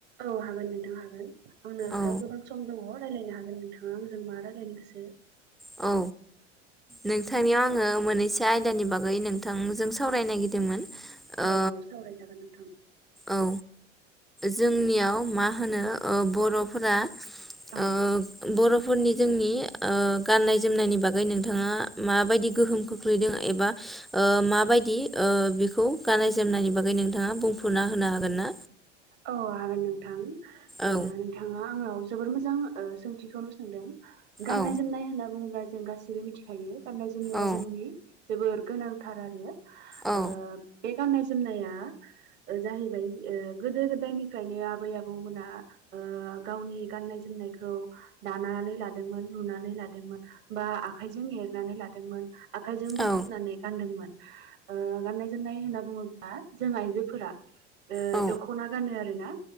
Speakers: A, on the right (about 55°); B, in the centre.
A: औ हागोन नोंथां हागोन आंनो आखायाव
B: औ
A: गोबां सम दङ'। रायलायनो हागोन नोंथाङा आजों मा रायलायनो गोसो।
B: औ। नोंथांनियाव आङो मोननैसो आयदानि बागै नोंथांजों सावरायनो नागिरदोंमोन।
A: औ
B: ओ
A: औ सावरायजागोन नोंथां।
B: औ जोंनियाव मा होनो ओ बर'फोरा
A: औ
B: ओ बर' फोरनि जोंनि ओ गाननाय जोमनायनि बागै नोंथाङा माबायदि गोहोम खोख्लैदों एबा ओ माबायदि ओ बेखौ गाननाय जोमनायनि बागै नोंथाङा बुं फुना <unintelligible> होनो हागोन ना?
A: औ हागोन नोंथां
B: औ
A: ओ नोंथाङा आंनाव जोबोर मोजां ओ सोंथिखौनो सोंदों गाननाय
B: औ
A: जोमनाय होनना बुङोब्ला जों गासिबो मिथिखायो। गाननाय जोमनाया
B: औ
A: जोंनि जोबोर गोनांथार आरो
B: औ
A: ओ गाननाय जोमनाया ओ जाहैबाय गोदो गोदायनिफ्रायनो आबै आबौमोना ओ गावनि गाननाय जोमनायखौ दाना नै लादोंमोन लुनानै लादोंमोन बा आखाइजों एरनानै लादोंमोन। आखाइजों बुथुमनानै
B: औ
A: गान्दोंमोन ओ गाननाय जोमनाय होनो बुङोबा जों आइजोफोरा ओ
B: औ
A: दख'ना गानो आरो। आरोना